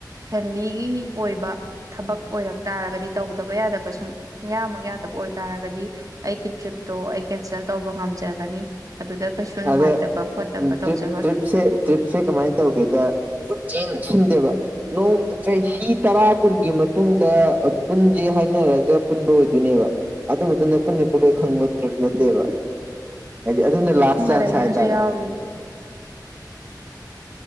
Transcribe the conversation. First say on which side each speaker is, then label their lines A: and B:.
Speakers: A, on the right; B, on the right.
A: ꯐꯦꯃꯤꯂꯤꯒꯤ ꯑꯣꯏꯕ ꯊꯕꯛ ꯑꯣꯏꯔꯛ ꯇꯥꯔꯒꯗꯤ ꯇꯧꯗꯕ ꯌꯥꯗꯕ ꯁꯨꯡ ꯌꯥꯃꯛ ꯌꯥꯗꯕ ꯑꯣꯏꯇꯥꯔꯒꯗꯤ ꯑꯩꯒꯤ ꯇ꯭ꯔꯤꯞꯇꯣ ꯑꯩ ꯀꯦꯟꯁꯦꯜ ꯇꯧꯕ ꯉꯝꯖꯒꯅꯤ ꯑꯗꯨꯗ ꯀꯩꯁꯨ ꯅꯨꯡꯉꯥꯏꯇꯕ
B: ꯑꯗ
A: ꯈꯣꯠꯇꯕ
B: ꯇ꯭ꯔꯤꯞ
A: ꯇꯧꯖꯔꯣꯏ
B: ꯇ꯭ꯔꯤꯞꯁꯦ ꯇ꯭ꯔꯤꯞꯁꯦ ꯀꯃꯥꯏꯅ ꯇꯧꯒꯦꯗ ꯁꯨꯛ ꯁꯤꯟꯁꯤꯟꯗꯦꯕ ꯅꯣꯡ ꯆꯍꯤ ꯇꯔꯥ ꯀꯨꯟꯒꯤ ꯃꯇꯨꯡꯗ ꯄꯨꯟꯁꯦ ꯍꯥꯏꯅꯔꯒ ꯄꯨꯟꯕ ꯑꯣꯏꯗꯨꯏꯅꯦꯕ ꯑꯗꯨ ꯃꯇꯨꯡꯗ ꯄꯨꯟꯅꯤ ꯄꯨꯟꯂꯣꯏ ꯈꯪꯕ ꯇ꯭ꯔꯤꯞ ꯅꯠꯇꯦꯕ ꯍꯥꯏꯗꯤ ꯑꯗꯨꯅ ꯂꯥꯁ ꯆꯥꯟꯁ
A: ꯀꯩ
B: ꯍꯥꯏꯇꯥꯔꯦ
A: ꯑꯝꯖꯤ ꯌꯥꯎꯔꯤꯌꯦ